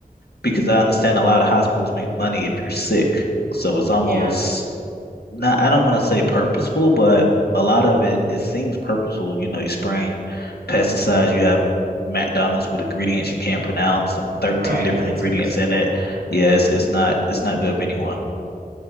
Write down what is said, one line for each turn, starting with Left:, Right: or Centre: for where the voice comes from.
Left: because I understand a lot of hospitals make money if you're sick. So it's almost
Right: Yeah.
Left: not, I don't want to say purposeful, but a lot of it, it seems purposeful. You know, you spraying pesticides, you have McDonald's with ingredients you can't pronounce and 13
Right: Right.
Left: different
Right: Oh, that's
Left: ingredients
Right: gross.
Left: in it. Yes, it's not, it's not good for anyone.